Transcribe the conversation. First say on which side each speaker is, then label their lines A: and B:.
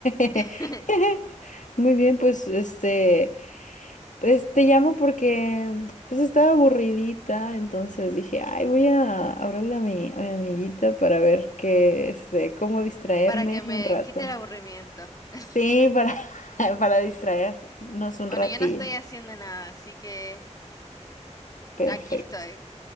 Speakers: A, on the left (about 85°); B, on the left (about 30°).
A: <laughs>
B: <laughs>
A: Muy bien, pues este, Pues te llamo porque pues estaba aburridita, entonces dije, ay, voy a hablarle a mi, a mi amiguita para ver qué, este, cómo distraerme
B: Para que me
A: un rato.
B: quite el aburrimiento. <laughs>
A: Sí, para, <laughs> para distraernos un
B: Bueno,
A: ratillo.
B: yo no estoy haciendo nada, así que
A: Perfecto.
B: aquí estoy.